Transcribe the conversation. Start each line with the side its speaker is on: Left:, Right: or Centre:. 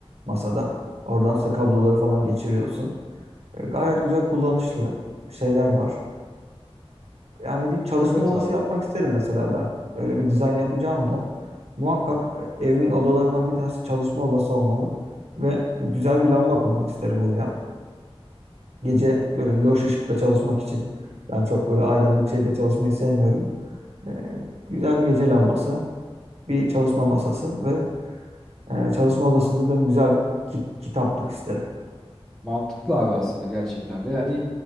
Right: masada. Oradan işte kabloları falan geçiriyorsun. E, Gayet güzel kullanışlı şeyler var. Yani bir çalışma
Centre: Evet
Right: odası
Centre: abi.
Right: yapmak isterim mesela ben. Öyle bir dizayn yapacağım da. Muhakkak e, evimin odalarından bir tanesi çalışma odası olmalı. Ve güzel bir lamba koymak isterim oraya. Gece böyle loş ışıkta çalışmak için. Ben çok böyle aydınlık şeyde çalışmayı sevmiyorum. E, güzel bir gece lambası, bir çalışma masası ve e, çalışma odasında da bir güzel bir kit- kitaplık isterim.
Centre: Mantıklı abi aslında gerçekten. Ve yani